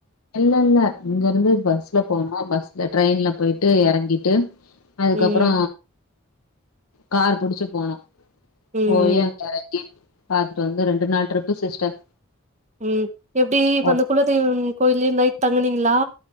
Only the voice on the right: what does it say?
ம்
ம் ம்
ம் எப்டி இப்ப
அந்த குலதெய்வம் கோயில்லே நைட் தங்கினீங்ளா